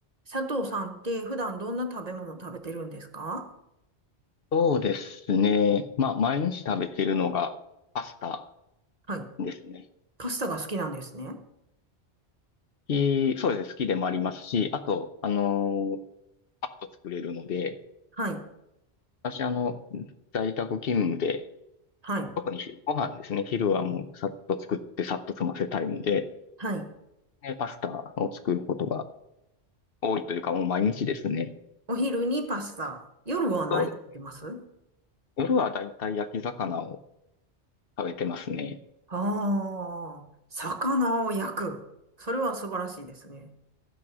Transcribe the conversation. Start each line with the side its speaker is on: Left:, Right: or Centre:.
Right: 佐藤さんって普段どんな食べ物食べてるんですか
Left: そうですね。まあ、毎日食べているのがパスタ
Right: はい。
Left: ですね。
Right: パスタが好きなんですね。
Left: 好きそうですね。好きでもありますし、あと、あのーパッと作れるので、
Right: はい。
Left: 私、あの、在宅勤務で、
Right: はい。
Left: 特に昼ご飯ですね。昼はもうさっと作ってさっと済ませたいので、
Right: はい。
Left: でパスタを作ることが多いというか、もう毎日ですね。
Right: お昼にパスタ。夜は何食べてます
Left: そうです。夜はだいたい焼き魚を食べてますね。
Right: ああー、魚を焼く。それは素晴らしいですね。